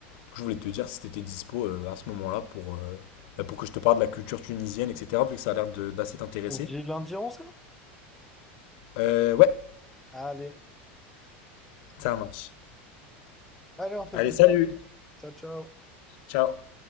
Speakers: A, on the left; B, in the centre.
A: Donc, je voulais te dire si t'étais dispo euh, à ce moment-là pour euh, bah, pour que je te parle de la culture tunisienne, etc. Vu que ça a l'air de- d'assez t'intéresser.
B: On se dit lundi 11h?
A: Euh, ouais,
B: Allez.
A: ça marche.
B: Allez, on fait
A: Allez,
B: comme ça.
A: salut.
B: Ciao, ciao.
A: Ciao.